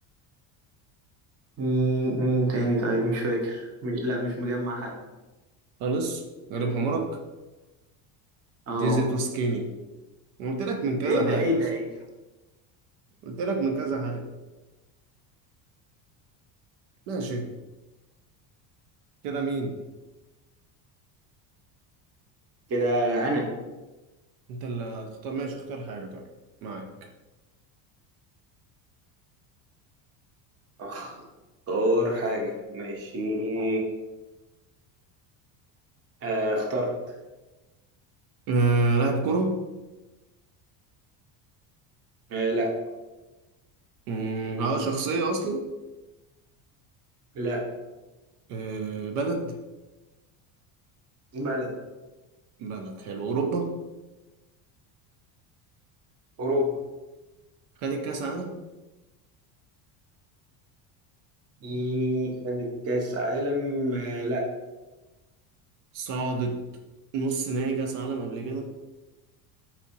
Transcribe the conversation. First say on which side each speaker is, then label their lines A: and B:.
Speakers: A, on the right; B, on the right.
A: مم. مين تاني طيب مش فاكر مش لا مش مجمع حد
B: خالص غريب حمارك
A: اه
B: ديزل تو سكيني أنا قلت لك من كذا
A: ايه
B: حاجة
A: ده ايه
B: يا اسطى
A: ده ايه ده
B: قلت لك من كذا حاجة ماشي كده مين
A: كده انا
B: انت اللي هتختار ماشي اختار حاجة طيب معاك
A: اختار حاجة ماشي آه اخترت
B: أه لاعب كرة
A: آه لا
B: مم، اه شخصية أصلا
A: لا
B: أه بلد
A: بلد
B: بلد حلو أوروبا
A: اوروبا
B: خدت كأس عالم
A: إيه، خدت كاس عالم آه لا
B: صعدت نص نهائي كأس عالم قبل كده